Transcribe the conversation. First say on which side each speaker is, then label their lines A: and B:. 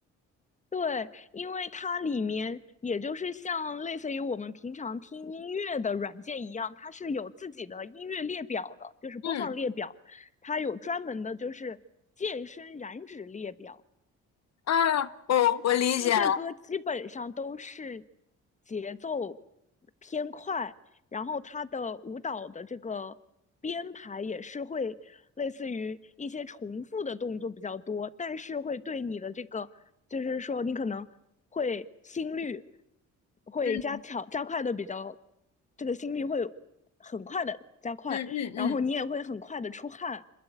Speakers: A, on the left; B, on the left.
A: 对，因为它里面也就是像类似于我们平常听音乐的软件一样，它是有自己的音乐列表的，就是播放列表，
B: 嗯
A: 它有专门的就是健身燃脂列表，
B: 嗯，我我理解了。
A: 那些歌基本上都是节奏偏快，然后它的舞蹈的这个编排也是会类似于一些重复的动作比较多，但是会对你的这个，就是说你可能会心率会加强加快的比较，
B: 嗯
A: 这个心率会很快的加快，
B: 嗯嗯嗯，
A: 然后你也会很快的出汗，